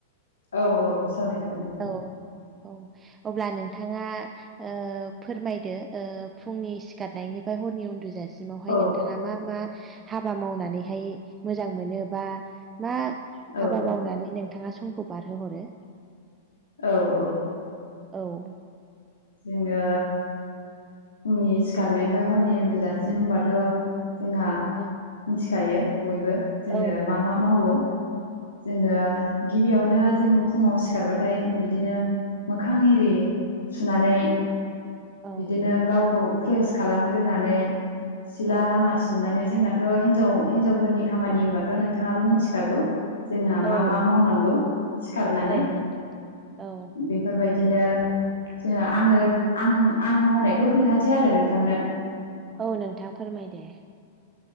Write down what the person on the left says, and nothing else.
औ औ सावराय जागोन नोंथां।
औ
औ
औ औ
जोङो फुंनि सिखारनायनिफ्राय हरनि उन्दुजासिम होनबाथ' जोंहा
मिथिखायो बयबो जोङो
मा मा मावो?
जोङो गिबियावनो जों फुङाव सिखारबाथाय बिदिनो मोखां एरि सुनानै
बिदिनो गावखौ फ्रेस खालामग्रोनानै सिला
लामा सिबनानै जोंनाथ' हिनजाव हिनजावफोरनि खामानि होनबाथ' नोंथाङाबो मिथिखागौ। जोंहा
मा मा मावनांगौ सिखारनानै
बेफोरबायदिनो जोङो आङो आं आं मावनायखौ खोन्थानोसै आरो नोंथांनो।